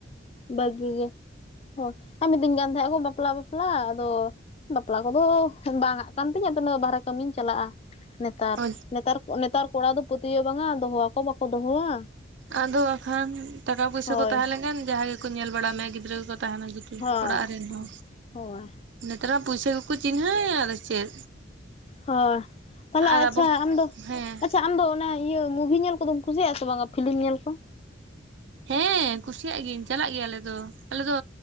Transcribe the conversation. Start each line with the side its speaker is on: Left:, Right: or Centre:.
Left: ᱵᱷᱟᱹᱜᱤ ᱜᱮ ᱾ ᱦᱳᱭ ᱟᱨ ᱢᱤᱛᱟᱹᱧ ᱠᱟᱱ ᱛᱟᱦᱮᱸᱜ ᱠᱚ ᱵᱟᱯᱞᱟ ᱵᱟᱯᱞᱟ ᱟᱫᱚ ᱵᱟᱯᱞᱟ ᱠᱚᱫᱚ ᱵᱟᱝ ᱟᱜ ᱠᱟᱱ ᱛᱤᱧ ᱩᱱᱟᱹᱜ ᱵᱟᱦᱟᱨᱮ ᱠᱟᱹᱢᱤᱧ ᱪᱟᱞᱟᱜᱼᱟ ᱱᱮᱛᱟᱨ
Right: ᱚ
Left: ᱱᱮᱛᱟᱨ ᱱᱮᱛᱟᱨ ᱠᱚᱲᱟ ᱫᱚ ᱯᱟᱹᱛᱤᱭᱟᱹᱣ ᱵᱟᱝᱟ ᱫᱚᱦᱚᱣᱟᱠᱚ ᱵᱟᱠᱚ ᱫᱚᱦᱚᱣᱟ
Right: ᱟᱫᱚ ᱵᱟᱠᱷᱟᱱ ᱴᱟᱠᱟ ᱯᱚᱭᱥᱟᱹ
Left: ᱦᱳᱭ
Right: ᱠᱚ ᱛᱟᱦᱮᱸ ᱞᱮᱱᱠᱷᱟᱱ ᱡᱟᱦᱟᱸᱭ ᱜᱮᱠᱚ ᱧᱮᱞ ᱵᱟᱲ ᱢᱮ ᱜᱤᱫᱽᱨᱟᱹ ᱠᱚ ᱛᱟᱦᱮᱱᱟ ᱡᱩᱫᱤ
Left: ᱦᱳᱭ
Right: ᱚᱲᱟᱜ ᱨᱮᱱ ᱦᱚᱸ
Left: ᱦᱳᱭ
Right: ᱱᱮᱛᱟᱨ ᱢᱟ ᱯᱩᱭᱥᱟᱹ ᱜᱮᱠᱚ ᱪᱤᱱᱦᱟᱹᱣᱮᱫ ᱟᱫ ᱪᱮᱫ
Left: ᱦᱚᱭ ᱛᱟᱦᱚᱞᱮ
Right: ᱟᱨ
Left: ᱟᱪᱪᱷᱟ
Right: ᱟᱵᱚ
Left: ᱟᱢ ᱫᱚ
Right: ᱦᱮᱸ
Left: ᱟᱪᱪᱷᱟ ᱟᱢ ᱫᱚ ᱚᱱᱟ ᱤᱭᱟᱹ ᱢᱩᱵᱷᱤ ᱧᱮᱞ ᱠᱚᱫᱚᱢ ᱠᱩᱥᱤᱭᱟᱜᱼᱟ ᱥᱮ ᱵᱟᱝᱟ ᱯᱷᱤᱞᱤᱢ ᱧᱮᱞ ᱠᱚ?
Right: ᱦᱮᱸ ᱠᱩᱥᱤᱭᱟᱜ ᱜᱤᱭᱟᱹᱧ ᱪᱟᱞᱟᱜ ᱜᱮᱭᱟ ᱟᱞᱮ ᱫᱚ ᱟᱞᱮ ᱫᱚ